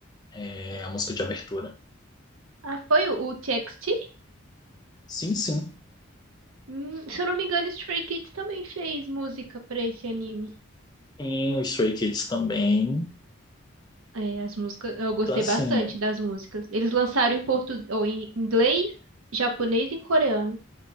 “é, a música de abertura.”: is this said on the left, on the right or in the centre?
Left